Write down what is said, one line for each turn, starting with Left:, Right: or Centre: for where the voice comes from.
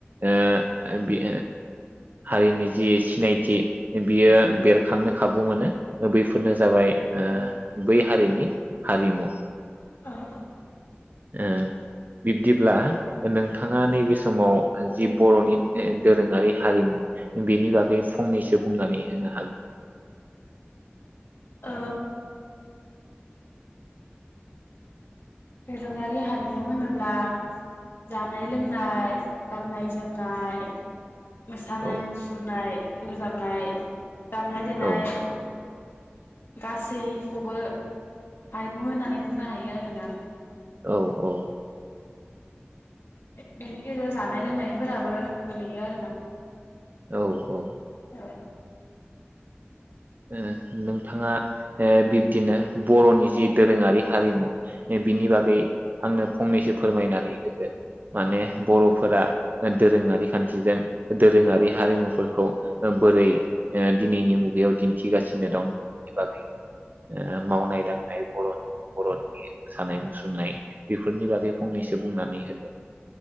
Right: ओ ओ हारिनि जि सिनायथि बियो बेरखांनो खाबु मोनो बैफोरनो जाबाय ओ बै हारिनि हारिमु
Left: औ औ
Right: ओ बिब्दिब्ला नोंथाङा नैबे समाव जि बर'नि दोरोङारि हारिमु बेनि बागै फंनैसो बुंनानै होनो हागो
Left: ओ दोरोङारि हारिमु होनोब्ला जानाय लोंनाय गाननाय जोमनाय मोसानाय
Right: औ
Left: मुसुरनाय रोजाबनाय दामनाय देनाय
Right: औ
Left: गासैखौबो हारिमु होननानै बुंनो हायो आरोना
Right: औ औ
Left: बेनि गेजेराव जानाय लोंनायफोराबो गोलैयो आरोना
Right: औ औ
Left: ओ
Right: ओ नोंथाङा ओ बिब्दिनो बर'नि जि दोरोङारि हारिमु बिनि बागै आंनो फंनैसो फोरमायनानै होदो माने बर'फोरा दोरोङारि खान्थिजों दोरोङारि हारिमुफोरखौ बोरै दिनैनि मुगायाव दि दिन्थिगासिनो दं बेनि बागै मावनाय दांनाय'नि बरनि मोसानाय मुसुरनाय बेफोरनि बागै फंनैसो बुंनानै होदो